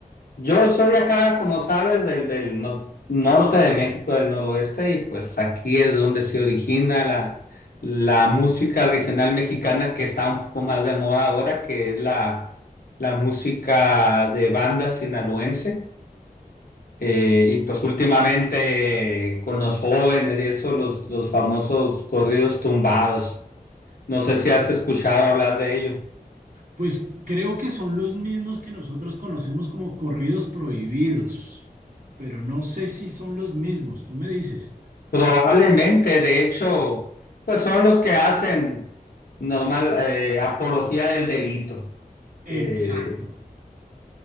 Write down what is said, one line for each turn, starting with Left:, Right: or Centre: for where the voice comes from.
Left: yo soy acá, como sabes, del, del no- norte de México, del noroeste, y pues aquí es donde se origina la, la música regional mexicana que está un poco más de moda ahora, que es la, la música de banda sinaloense. Eh, y pues últimamente eh, con los jóvenes y eso, los, los famosos corridos tumbados. No sé si has escuchado hablar de ello.
Right: Pues creo que son los mismos que nosotros conocemos como corridos prohibidos, pero no sé si son los mismos. Tú me dices.
Left: Probablemente, de hecho, pues son los que hacen normal eh, apología del delito. Eh,
Right: Exacto.